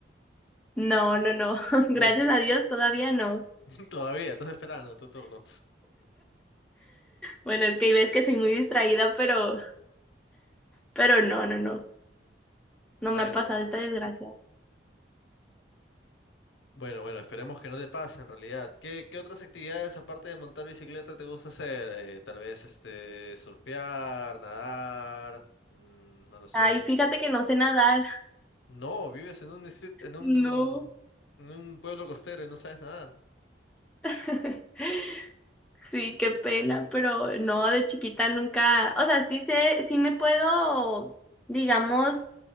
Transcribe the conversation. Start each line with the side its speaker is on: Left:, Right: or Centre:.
Centre: No, no, no. <laughs> Gracias
Left: Uf,
Centre: a Dios todavía no.
Left: <laughs> todavía, estás esperando tu turno.
Centre: Bueno, es que hay veces que soy muy distraída, pero Pero no, no, no.
Left: Bueno,
Centre: No me ha pasado
Left: bueno.
Centre: esta desgracia.
Left: Bueno, bueno, esperemos que no te pase en realidad. ¿Qué, qué otras actividades aparte de montar bicicleta te gusta hacer? Eh, tal vez este surfear, nadar, mm, no lo sé.
Centre: Ay, fíjate que no sé nadar.
Left: No, vives en un distrito, en un,
Centre: No.
Left: en un pueblo costero y no sabes nadar.
Centre: <laughs> Sí, qué pena, pero no, de chiquita nunca, o sea, sí sé, sí me puedo, digamos,